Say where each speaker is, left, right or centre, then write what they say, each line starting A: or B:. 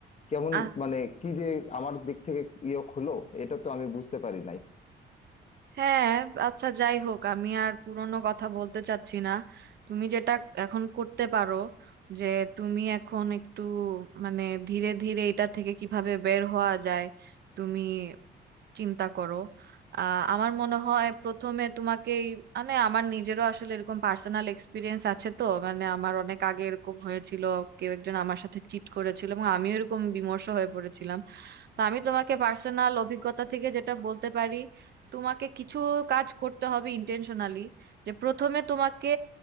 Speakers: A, on the left; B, on the right.
A: কেমন
B: আ-
A: মানে কি যে আমার দিক থেকে ইয়ে হলো এটা তো আমি বুঝতে পারি নাই
B: হ্যাঁ আচ্ছা যাই হোক আমি আর পুরনো কথা বলতে চাচ্ছি না তুমি যেটা এখন করতে পারো যে তুমি এখন একটু মানে ধীরে ধীরে এটা থেকে কিভাবে বের হওয়া যায় তুমি চিন্তা করো আহ আমার মনে হয় প্রথমে তোমাকে এই- মানে আমার নিজেরও আসলে এরকম পার্সোনাল এক্সপিরিয়েন্স আছে তো মানে আমার অনেক আগে এরকম হয়েছিল কেউ একজন আমার সাথে চিট করেছিল এবং আমিও এরকম বিমর্ষ হয়ে পড়েছিলাম তো আমি তোমাকে পার্সোনাল অভিজ্ঞতা থেকে যেটা বলতে পারি তোমাকে কিছু কাজ করতে হবে ইন্টেনশনালি যে প্রথমে তোমাকে